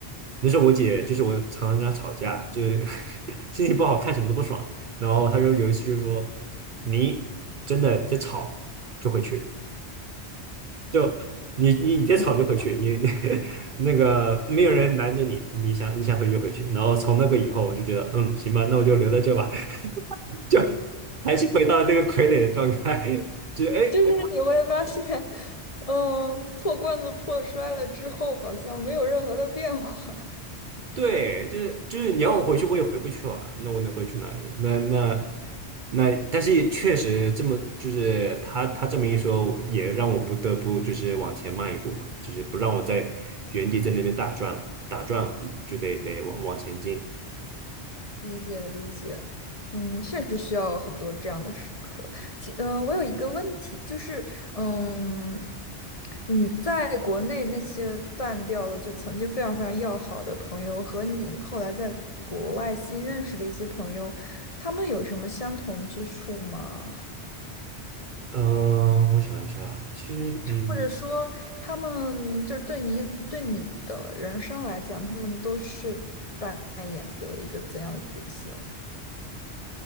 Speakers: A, on the right; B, on the left.
A: 那时候我姐就是我常常跟她吵架，就是 <laughs> 心情不好看什么都不爽，然后她就有一次就是说你真的在吵就回去。就你你你再吵就回去，
B: 你
A: 你你 <laughs> 那个没有人拦着你，你想你想回去就回去。然后从那个以后，我就觉得嗯行吧，那我就留在这吧，<laughs> 就还是回到那个傀儡的状态，<laughs> 就是哎，
B: 就是你会发现，
A: 我
B: 嗯，破罐子破摔了之后，好像没有任何的变化。
A: 对，就是就是你要我回去，我也回不去了，那我能回去哪里？那那那，但是确实这么就是他他这么一说，也让我不得不就是往前迈一步嘛，就是不让我在原地在那边打转了，打转了就就得得往往前进。
B: 理解理解，嗯，确实需要很多这样的时刻。其，呃，我有一个问题，就是，嗯，你在国内那些断掉的，就曾经非常非常要好的朋友，和你后来在国外新认识的一些朋友，他们有什么相同之处吗？
A: 嗯，我想一下啊，其实，嗯
B: 或者说，他们就是对你对你的人生来讲，他们都是扮演的一个怎样的角色？